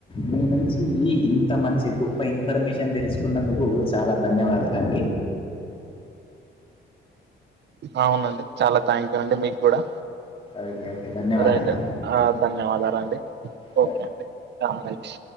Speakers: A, on the left (about 25°); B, on the right (about 60°).
A: మీ నుంచి ఇంత మంచి గొప్ప ఇన్ఫర్మేషన్ తెలుసుకున్నందుకు చాలా ధన్యవాదాల అండి.
B: అవునండి చాలా థ్యాంక్ యూ అండి మీకు కూడా.
A: ఓకే. ఓకే ధన్యవాదాలు
B: ఇంకా రైట్ ఆహ్ ధన్యవాదాలు అండి
A: ఆ,
B: ఓకే అండి రైట్.